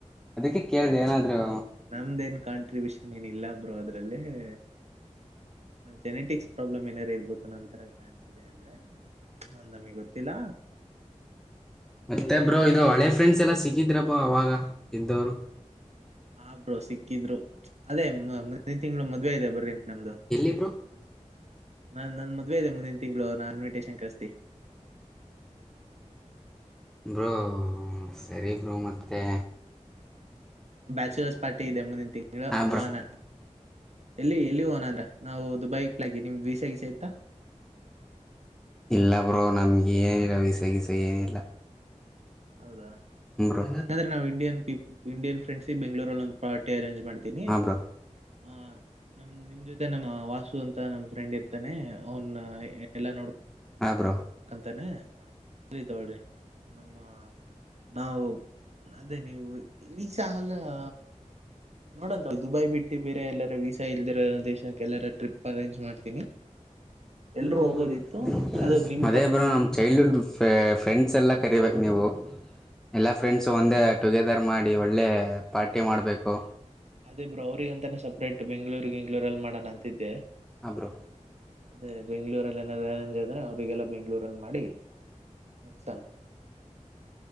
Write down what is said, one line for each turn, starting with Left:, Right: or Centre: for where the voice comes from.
Centre: ಅದಕ್ಕೆ ಕೇಳ್ದ ಏನಾದ್ರು
Right: ನಮ್ದೇನ್ ಕಾಂಟ್ರಿಬ್ಯೂಷನ್ ಏನಿಲ್ಲ ರು ಅದ್ರಲ್ಲಿ ಏ ಜೆನೆಟಿಕ್ ಪ್ರಾಲಮ್ ಏನಾರು ಇರ್ಬೇಕು ನ ತರ ಕಾಣ್ತಿದೆ ಅಂದ್ರೆ ನ ನಮಗೆ ಗೊತ್ತಿಲ್ಲ
Centre: ಮತ್ತೆಬ್್ರೋ
Right: ಆಮೇಲೆ
Centre: ಇದು ಹಳೆ ಫ್ರೆಂಡ್ಸ್ ಎಲ್ಲಾ ಸಿಕ್ಕಿದ್ರಪ್ಪ ಅವಾಗ ಇಂದರು
Right: ಹಬ್ರೋ ಸಿಕ್ಕಿದ್ರು ಅದೇ ಮುಂದಿನ ತಿಂಗಳು ಮದ್ವೆ ಇದೆ ಬರ್ರಿ ನಮ್ದು
Centre: ಎಲ್ಲಿ ಬ್ರೋ
Right: ನ ನನ್ ಮದ್ವೆ ಇದೆ ಮುಂದಿನ ತಿಂಗಳು ನನ್ ಶಂಕಸ್
Centre: ಬ್ರೂ ಸರಿ ಬ್ರರು ಮತ್ತೆ
Right: ಬ್ಯಾಚುಲರ್ಸ್ ಪಾರ್ಟಿ ಇದೆ ಮುಂದಿನ ತಿಂಗಳು
Centre: ಹಾ
Right: ಹೋಣ
Centre: ಬ್ರೋ
Right: ಎಲ್ಲಿ ಎಲ್ಲಿ ಹೋಣ ಅಂದ್ರ ನಾವು ದುಬೈ ಪ್ಲಕಿ ನಿಮ್ದ್ ವೀಸಗಸ ಆಯ್ತಾ
Centre: ಇಲ್ಲ ಬ್ರೋ ನಮ್ಗೆ ಏನಿಲ್ಲ ವೀಸ ಗೀಸ ಏನಿಲ್ಲ
Right: ಹೌದಾ
Centre: ಬ್ರೋ
Right: ಹಂಗಂದ್ರೆ ನಾವ್ ಇಂಡಿಯನ್ ಪ ಇಂಡಿಯನ್ ಫ್ರೆಂಡ್ಸಿಪ್ ಬೆಂಗ್ಗಳೂರಲ್ಲಿ ಒ್ ಪಾರ್ಟಿ ಅರೇಂಜ್ ಮಾಡ್ತೀನಿ
Centre: ಹಾ ಬ್ರೋ
Right: ಆ ನಮ ನಿಮ್ ಜೊತೆ ನಮ್ಮ ವಾಸು ಅಂತ ನಮ್ ಫ್ರೆಂಡ್ ಇರ್ತಾನೆ ಅವನ್ ಎಲ್ಲ ನೋಡ್
Centre: ಹಾ ಬ್ರೋ
Right: ಕಂತಾನೆ ರಿ ತಗಳ್ರಿ. ನಮ್ಮ ನಾವು ಅದೇ ನೀವು. ವೀಸಾ ಆ ನೋಡಂತ ದುಬೈ ಬಿಟ್ಟಿ ಬೇರೆ ಎಲ್ಲಾರ ವೀಸಾ ಇಲ್ದಿರ ದೇಶಕ್ಕೆ ಎಲ್ಲಾರ ಟ್ರಿಪ್ ಅರೇಂಜ್ ಮಾಡ್ತೀನಿ.
Centre: <unintelligible>
Right: ಎಲ್ರೂ ಹೋಗೋದಿತ್ತು ಅದು ನಿಮ್
Centre: ಅದೇ
Right: ತರನೇ
Centre: ಬ್ರೋ ನಮ್ಮ ಚೈಲ್ಡ್ಹುಡ್ ಫ್ರೆ ಫ್ರೆಂಡ್ಸ್ ಎಲ್ಲ ಕರಿಬೇಕ ನೀವು. ಎಲ್ಲಾ ಫ್ರೆಂಡ್ಸ ಒಂದೇ. ಟುಗೆದರ್ ಮಾಡಿ ಒಳ್ಳೆ ಪಾರ್ಟಿ. ಪಟ್ಟಿ ಮಾಡಬೇಕು.
Right: ಅದೇ ಬ್ರೋ ಅವ್ರಿಗ ಅಂತಾನೇ ಸಪ್ರೇಟ್ ಬೆಂಗಳೂರ್ ಗಿಂಗ್ಳೂರಲ್ಲಿ ಮಾಡಣ ಅಂತಿದ್ದೆ.
Centre: ಹ ಬ್ರೋ.
Right: ಅದೇ ಬೆಂಗ್ಳೂರಲ್ಲಿ ಏನಾದ್ರ ಅರೆಂಜ್ ಆದ್ರೆ ಅವ್ರಿಗೆಲ್ಲ ಬೆಂಗ್ಳೂರಲ್ಲಿ ಮಾಡಿ ಮುಕ್ಸಾನ್.